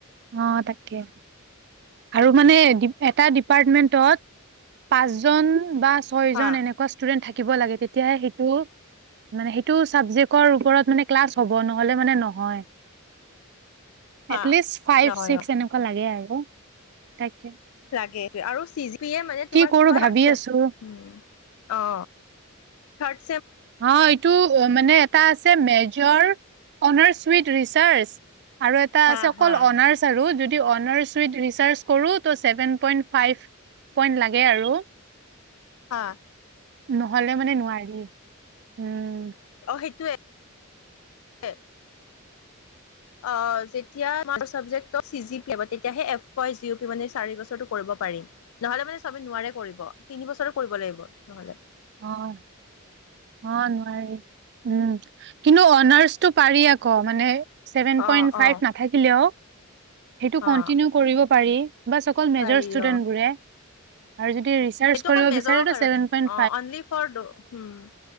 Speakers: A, on the right; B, on the left.
A: অ', তাকে। <unintelligible> আৰু মানে এটা ডিপাৰ্মেন্টত পাচজন বা <unintelligible> ছয়জন
B: হা
A: এনেকুৱা ষ্টুেণ্ট থাকে থাকিব লাগে তেতিয়াহে সেইটো মানে সেইটো চাবজেক্টৰ ওপৰত ক্লাছ হ'ব নহলে মানে নহয়
B: হা
A: এটলিষ্ট ফাইভ-ছিক্স
B: নহয় অ
A: এনেকুৱা লাগে আৰু। তাইক
B: লাগে আৰু চি মানে তোমাৰ
A: কৰো
B: কি হয়
A: ভাবি
B: অ
A: আছো
B: থ
A: অ এইটো অ মানে এটা আছে মেজৰ অনাৰছুইট ৰিচাৰ্চ আৰু এটা
B: হা
A: আছে অকল
B: হা
A: অনাৰ্চ আৰু যদ অৰ্নাচ উইড ৰিচাৰ্চ কৰো ত চেভেন পইণ্ট ফাইভ পইণ্ট লাগে আৰু
B: হা
A: নহলে মানে নোৱাৰি উম
B: সেইটোৱে ৱে। অ', যেতিয়া তোমাৰ চাবজেক্টটো চি জি পি এ মা তেতিয়াহে এপ ওৱাই জিউ পি মানে চাৰি বছৰটো কৰিব পাৰিম। নহ'লে মানে চবে নোৱাৰে কৰিব। তিনি বছৰৰ কৰিব লাগিব, নহ'লে।
A: অ', অ', নোৱাৰি। উম, কিন্তু অনাৰ্চটো পাৰি আকৌ মানে ছেভেন
B: অঁ
A: পইণ্ট ফাইভ
B: অঁ
A: নাথাকিলেও সেইটো কন্টিনিউ
B: অঁ
A: কৰিব পাৰি বাচ অকল মেজৰ
B: পাৰি
A: ষ্টুডেন্টবোৰে
B: অঁ
A: আৰু যদি ৰিচাৰ্জ
B: এইটো
A: কৰিব
B: অকল মেজৰৰ
A: বিচাৰে তো
B: কাৰণে
A: ছেভেন প‌ইন্ট
B: অঁ অনলি ফৰ ড হম,